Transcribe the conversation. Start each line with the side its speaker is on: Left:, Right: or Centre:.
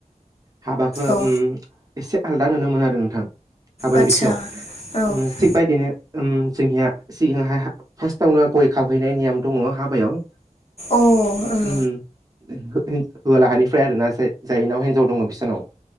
Right: हाबाखौ
Left: औ
Right: उम एसे आलदा नुनो मोनो आरो नोंथां। हाबानि
Left: आदसा
Right: बिथिङाव
Left: औ अ
Right: ओम थिग बायदिनो उम जोंनिया सिगांहाय हा फास्तावनो गय खावहैनाय नियम दङ' हाबायाव
Left: ओं
Right: उम
Left: उम
Right: होवालाहानिफ्राय आरो ना जाय-जायनाव हिनजाव दङ' बिसानाव